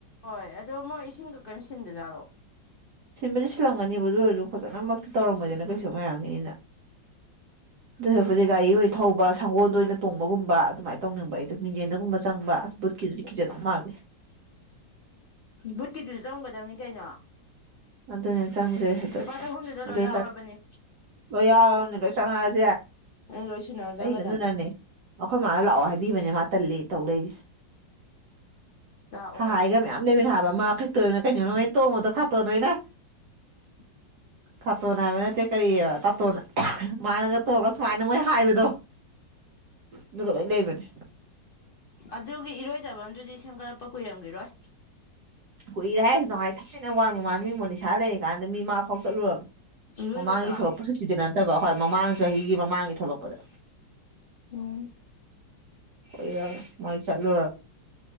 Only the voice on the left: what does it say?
ꯍꯣꯏ ꯑꯗꯣ ꯃꯣꯏ ꯏꯁꯤꯡꯒ ꯀꯩꯅꯝ ꯁꯤꯟꯗꯖꯥꯠꯂꯣ
ꯕꯨꯠꯀꯤꯗꯨꯁꯨ ꯆꯪꯒꯗꯕꯅꯤ ꯀꯩꯅꯣ
ꯂꯨꯄꯥ ꯆꯍꯨꯝꯗꯨꯗ ꯂꯣꯏ
ꯌꯥꯎꯔꯕꯅꯦ
ꯑꯗꯨ ꯂꯣꯏ ꯁꯨꯅꯕ
ꯆꯪꯒꯗꯕꯅꯤ
ꯂꯥꯛꯑꯣꯏ
<unintelligible>
ꯑꯗꯨꯒꯤ ꯏꯔꯣꯏꯖꯕꯗꯨꯗꯤ ꯁꯦꯝꯒꯠꯂꯛꯄ ꯀꯨꯏꯔꯝꯒꯦꯔꯣꯏ
ꯏꯔꯣꯏꯕꯗꯣ
ꯎꯝ ꯑꯩꯈꯣꯏꯁꯨ